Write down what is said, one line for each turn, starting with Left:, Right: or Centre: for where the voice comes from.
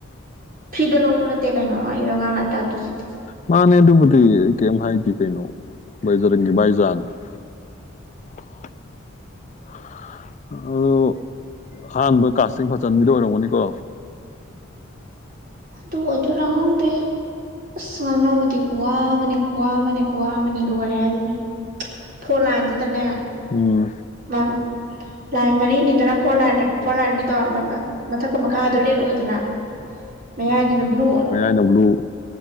Right: ꯐ꯭ꯔꯤꯗ ꯂꯧꯕ ꯅꯠꯇꯦ ꯀꯩꯅꯣ ꯑꯩ ꯑꯉꯥꯡ ꯂꯥꯏꯇꯥꯛꯇꯨꯁꯤꯗꯤ
Left: ꯃꯥꯅꯦ ꯑꯗꯨꯕꯨꯗꯤ ꯑꯩ ꯀꯩꯝ ꯍꯥꯏꯗꯤ ꯀꯩꯅꯣ ꯕꯥꯏꯖꯔꯪꯒꯤ ꯕꯥꯏꯖꯥꯟ <unintelligible> ꯑꯎ ꯑꯍꯥꯟꯕ ꯀꯥꯁꯁꯤꯡ ꯐꯖꯟꯕꯤꯗ ꯑꯣꯏꯔꯝꯒꯅꯤꯀꯣ
Right: ꯇꯨ ꯑꯗꯨꯔꯥ ꯈꯪꯗꯦ ꯑꯁ ꯉꯥꯟꯅꯕꯗꯤ ꯋꯥ ꯃꯅꯦ ꯈꯨꯋꯥ ꯑꯃꯅꯦ ꯈꯨꯋꯥ ꯑꯃꯅꯦ ꯂꯣꯏꯔꯦ ꯍꯥꯏꯖꯤꯅꯤ ꯐꯣꯂꯥꯢꯟꯗꯨꯗꯅꯦ
Left: ꯎꯝ
Right: ꯃꯝ ꯂꯥꯏꯟ ꯃꯔꯤꯅꯤꯗꯅ ꯐꯣꯔ ꯂꯟ ꯐꯣꯔ ꯂꯥꯏꯟꯒꯤꯗꯣ ꯃꯃꯦ ꯃꯊꯛꯀ ꯃꯈꯥꯗ ꯔꯦꯗ ꯑꯣꯏꯗꯅ ꯃꯌꯥꯏꯗꯨꯅ ꯕ꯭ꯂꯨ
Left: ꯅ ꯕ꯭ꯂꯨ